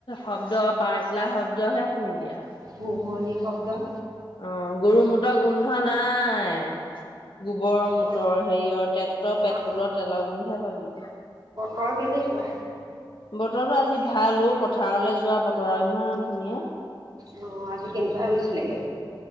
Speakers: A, on the left (about 80°); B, on the right (about 50°).
A: শব্দ পাৰতিলা শব্দহে শুনিবি আৰু।
B: ভুহুৱনিী শব্দ।
A: অ, গৰু মটৰ গোন্ধ নাই। গোবৰৰ মটৰ
B: ব
A: হেৰিয়ৰ ট্ৰেক্টৰ
B: বত
A: পেট্ৰলৰ তেলৰ গোন্ধে পাবি।
B: ঘৰ কেনেকুৱা?
A: বতৰটো আজি ভালো পথাৰলৈ যোৱা বতৰ আৰু ইমান ধুনীয়া।
B: অ, আজি কেনিবা ৰুইছিলেগে?